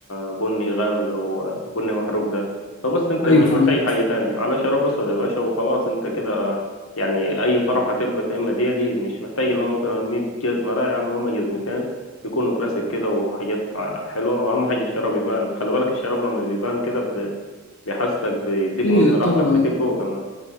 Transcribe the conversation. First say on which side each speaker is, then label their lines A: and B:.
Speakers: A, on the left; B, on the left.
A: بني غامق او بني محروق ده فبس انت
B: ايوه
A: مش
B: فاهمك
A: محتاج حاجه تاني على شراب اسود يا باشا وخلاص انت كده يعني اي فرح هتلبس يا اما دي دي مش محتاج اللي هو مثلا 100 جزمه لا يا عم هما جزمتين يكونوا كلاسيك كده وحاجات ع- حلوه واهم حاجه الشراب يبان خلي بالك الشراب لما بيبان كده ب- بيحسسك بيديك
B: ايه
A: منظر
B: طبعا
A: احلى بكتير جوه كمان